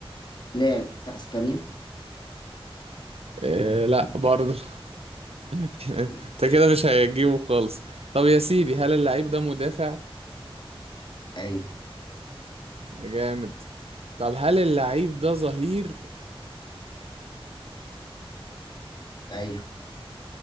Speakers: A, on the left; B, on the right.
A: لعب في اسبانيا؟
B: إيه لا برضه <laughs> انت
A: ماشي
B: كده مش هتجيبه خالص طب يا سيدي هل اللعيب ده مدافع
A: ايوه
B: جامد طب هل اللعيب ده ظهير
A: ايوه